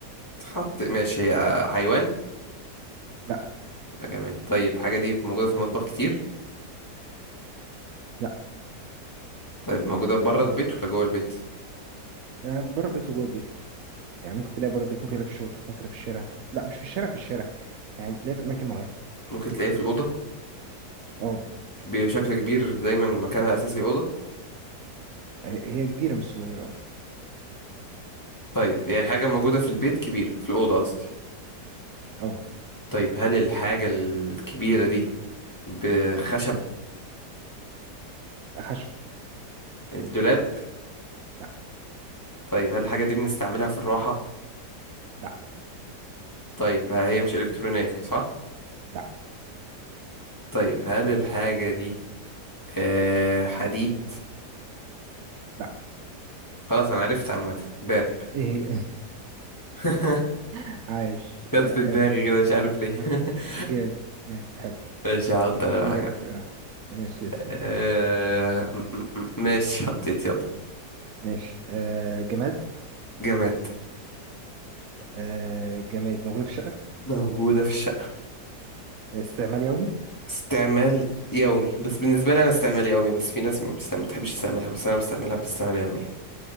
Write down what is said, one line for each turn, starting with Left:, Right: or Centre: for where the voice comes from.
Left: تحط ماشي هي حيوان
Right: لا
Left: يبقى جماد طيب حاجة دي موجودة في المطبخ كتير
Right: لا
Left: طيب موجودة بره البيت ولا جوه البيت
Right: آه... بره البيت وجوه البيت يعني ممكن تلاقي بره البيت ممكن تلاقي في الشغل ممكن تلاقي في الشارع لا مش في الشارع في الشارع يعني بتلاقي في اماكن معينه
Left: ممكن تلاقيها في الأوضة
Right: اه
Left: بشكل كبير دايما مكانها أساسي الأوضة
Right: هي كبيره مش صغيره
Left: طيب يعني حاجة موجودة في البيت كبير في الأوضة قصدي
Right: اه
Left: طيب هل الحاجة الكبيرة دي بخشب
Right: خشب
Left: الدولاب
Right: لا
Left: طيب هل الحاجة دي بنستعملها في الراحة
Right: لا
Left: طيب ها- هي مش إلكترونية صح
Right: لا
Left: طيب هل الحاجة دي آه حديد
Right: لا
Left: خلاص أنا عرفت عامة باب
Right: ايه
Left: <laughs>
Right: <laughs> عايش
Left: جت
Right: آه...
Left: في
Right: حلو
Left: دماغي كده مش عارف ليه
Right: آه...
Left: <laughs>
Right: آه، جامد جامد. حلو
Left: ماشي هحط
Right: تفكيرك
Left: انا بقى حاجة
Right: آه... ماشي يا سيدي
Left: آه... م- م- م- ماشي حطيت يلا
Right: ماشي آه... جماد
Left: جماد
Right: آه... جماد موجوده في شقه
Left: موجودة في الشقة
Right: استعمال يومي
Left: استعمال يومي بس بالنسبة لي انا استعمال يومي بس في ناس ما بتستعمل ما بتحبش تستعملها بس انا بستعملها باستعمال يومي يعني.